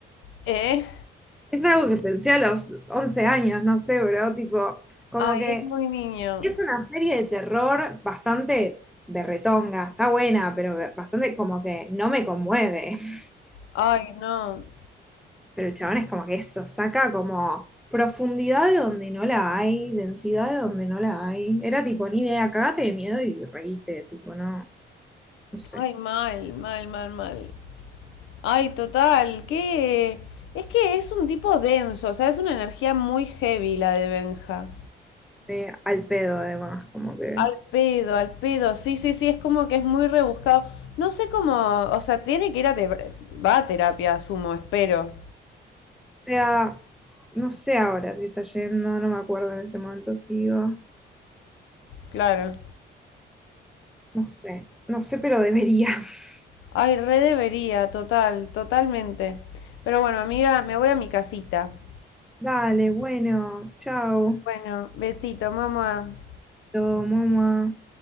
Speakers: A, on the left; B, in the centre.
A: ¿Eh?
B: Es algo que pensé a los 11 años, no sé, bro, tipo, como
A: Ay,
B: que
A: es muy niño.
B: es una serie de terror bastante berretonga, está buena, pero bastante como que no me conmueve. <laughs>
A: Ay, no.
B: Pero el chabón es como que eso, saca como profundidad de donde no la hay, densidad de donde no la hay. Era tipo, ni idea, cagate de miedo y reíste, tipo, no, no sé.
A: Ay, mal, mal, mal, mal. Ay, total, que es que es un tipo denso, o sea, es una energía muy heavy la de Benja.
B: Sí, al pedo además, como que.
A: Al pedo, al pedo, sí, sí, sí, es como que es muy rebuscado. No sé cómo, o sea, tiene que ir a terapia, va a terapia, asumo, espero,
B: O sea, no sé ahora si está yendo, no me acuerdo en ese momento si iba.
A: claro.
B: No sé, no sé, pero debería. <laughs>
A: Ay, re debería, total, totalmente. Pero bueno, amiga, me voy a mi casita.
B: Dale, bueno, chao.
A: Bueno, besito, mamá.
B: Yo, mamá.